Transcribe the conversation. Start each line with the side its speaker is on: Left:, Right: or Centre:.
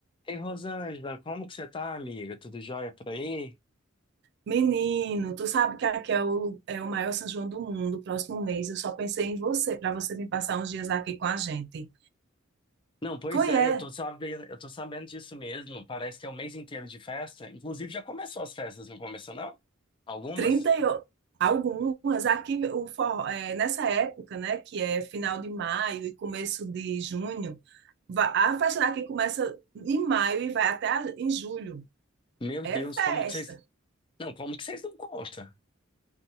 Left: Ei, Rosângela, como que você tá, amiga? Tudo jóia por aí?
Right: Menino, tu sabe que aqui é o, é o maior São João do mundo, próximo mês. Eu só pensei em você, para você vir passar uns dias aqui com a gente.
Left: Não, pois
Right: Conhece,
Left: é, eu tô sabendo, eu tô sabendo disso mesmo. Parece que é o mês inteiro de festa. Inclusive, já começou as festas, não começou, não? Algumas?
Right: 30 e o- algumas. Aqui, o forró, é, nessa época, né, que é final de maio e começo de junho, va- a festa daqui começa em maio e vai até a- em julho.
Left: Meu
Right: É
Left: Deus,
Right: festa.
Left: como que vocês... Não, como que vocês não contam?